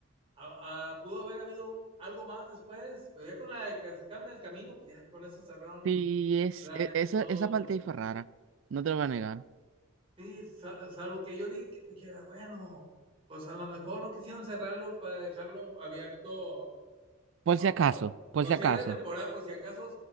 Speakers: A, on the right; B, on the right.
A: a- a- pudo haber habido algo más después, pero ya con la de que se quedan en el camino, pues ya con eso cerraron
B: Sí, es,
A: realmente
B: e- esa,
A: todo,
B: esa parte
A: todo.
B: ahí fue rara. No te lo voy a negar.
A: Sí, sa- salvo que yo di- que dijera, bueno, pues a lo mejor no quisieron cerrarlo para dejarlo abierto
B: Por
A: Ah,
B: si acaso,
A: Bueno,
B: por
A: pues
B: si acaso.
A: cierre de temporada, por si acaso